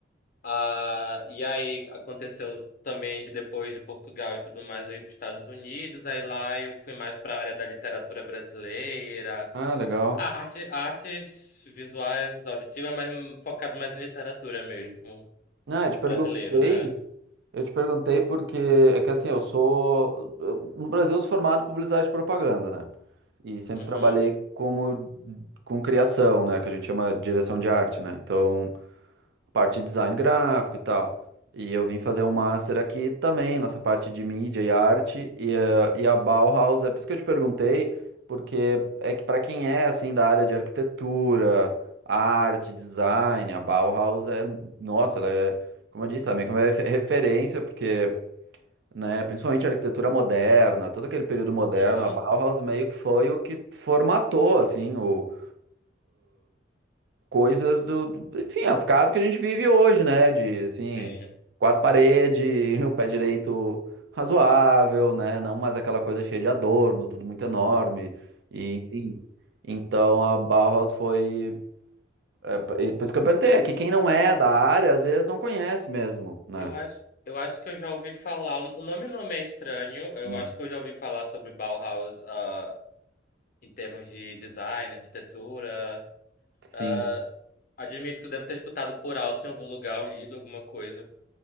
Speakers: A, on the left; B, on the right.
A: Ah, e aí aconteceu também de depois de Portugal e tudo mais, eu ir para os Estados Unidos. Aí lá eu fui mais para a área da literatura brasileira,
B: Ah, legal.
A: arte, artes visuais, auditivas, mas focado mais em literatura mesmo,
B: Ah, eu te perguntei.
A: brasileiro, né?
B: Eu te perguntei porque é que assim, eu sou. eu- no Brasil, eu sou formado em publicidade e propaganda, né? E sempre
A: Uhum,
B: trabalhei como com criação, né? Que a gente chama de direção de arte, né? Então. parte de design gráfico e tal. E eu vim fazer um master aqui também, nessa parte de mídia e arte, e, eh, e a Bauhaus, é por isso que eu te perguntei, porque é que para quem é assim da área de arquitetura, arte, design, a Bauhaus é, nossa, ela é, como eu disse, ela é meio que uma refe- referência, porque, né, principalmente a arquitetura moderna, todo aquele período moderno,
A: uhum,
B: a Bauhaus meio que foi o que formatou, assim, o, coisas do, do- enfim, as casas que a gente vive hoje, né? De, assim,
A: sim.
B: quatro paredes, <laughs> o pé direito razoável, né? Não mais aquela coisa cheia de adorno, tudo muito enorme, e, enfim. Então a Bauhaus foi. é, p- e por isso que eu perguntei, é que quem não é da área às vezes não conhece mesmo, né?
A: Eu acho, eu acho que eu já ouvi falar. O o nome não me é estranho. Eu
B: Hum.
A: acho que eu já ouvi falar sobre Bauhaus, ah, em termos de design, arquitetura. Ah,
B: Sim.
A: admito que eu devo ter escutado por alto em algum lugar, ou lido alguma coisa.